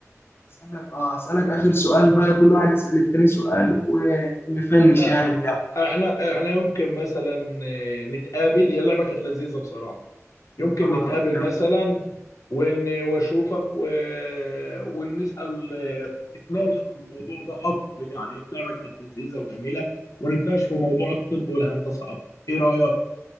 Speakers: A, on the left; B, on the left.
A: اسالك اه اسالك اخر سؤال بقى كل واحد يسال التاني سؤال ونفنش
B: لا
A: يعني اللعبه
B: احنا احنا يمكن مثلا آه، نتقابل هي اللعبة كانت لذيذة بصراحة يمكن
A: آه،
B: نتقابل
A: كانت
B: مثلا ون- واشوفك و... ونسأل نتناقش في الموضوع ده اكتر يعني اللعبه كانت لذيذه وجميله ونتناقش في موضوع الطب والهندسه اكتر ايه رأيك